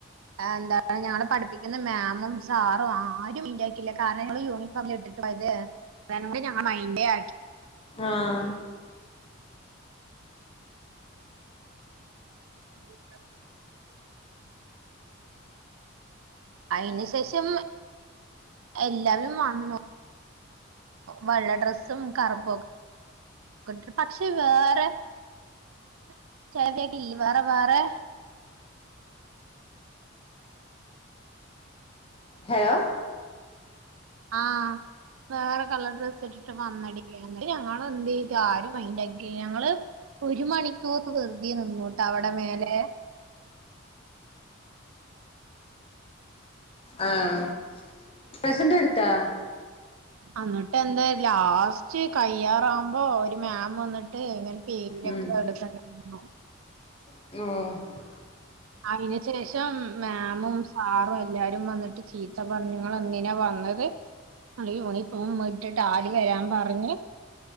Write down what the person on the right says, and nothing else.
ആ എന്താണ് ഞങ്ങള പഠിപ്പിക്കുന്ന മാമും സാറും ആരും മൈൻഡാക്കില്ല കാരണം ഞങ്ങള് യൂണി <unintelligible> പോയത് അത് <unintelligible> ഞങ്ങളെ മൈന്റെ ആക്കി
<inaudible> അയ്ന് ശേഷം എല്ലാവരും വന്നു വെള്ള ഡ്രസ്സും കറുപ്പൊ ക്കെട്ട് പക്ഷെ വേറെ <unintelligible> വേറെ വേറെ
ആഹ് വേറെ കളർ ഡ്രസ്സ് ഇട്ടിട്ട് വന്നടി ന്നട്ട് ഞങ്ങളെ എന്തെയ്ത് ആരും മയിന്റ് ആക്കില്ല ഞങ്ങള് ഒരു മണിക്കൂർ വെറ്തെ നിന്നൂട്ടാ അവിടെ മേലെ
അന്നിട്ട് എന്താ ലാസ്റ്റ് കയ്യാറാവുമ്പോ ഒരു മാം വന്നിട്ട് ഇങ്ങനെ പേരിലൊക്കെ
എട്ക്കണ്ടായ്രുന്നു
അയ്ന് ശേഷം മാമും സാറും എല്ലാരും വന്നിട്ട് ചീത്ത പറഞ്ഞു ഇങ്ങളന്തിനാ വന്നത് ഈ യൂണിഫോം ഇട്ടിട്ട് ആര് വരാൻ പറഞ്ഞ്